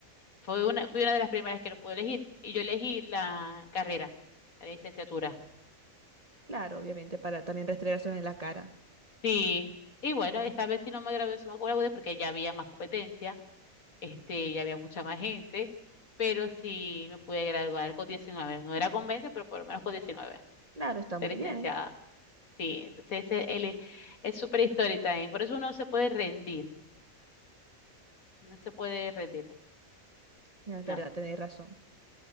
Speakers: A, on the left (about 80°); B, on the right (about 30°).
A: Fue una, fui una de las primeras que lo pude elegir. Y yo elegí la carrera, la licenciatura.
B: Claro, obviamente, para también restregárselos en la cara.
A: Sí. Y bueno, esta vez sí no me gradué de summa cum laude porque ya había más competencia este, ya había mucha más gente, pero sí me pude graduar con 19. no era con 20, pero por lo menos con 19.
B: Claro, está
A: de
B: muy
A: licenciada.
B: bien.
A: Sí, entonces es, él es súper histórica ahí. por eso uno no se puede rendir, no se puede rendir,
B: No
A: no.
B: es verdad, tenéis razón.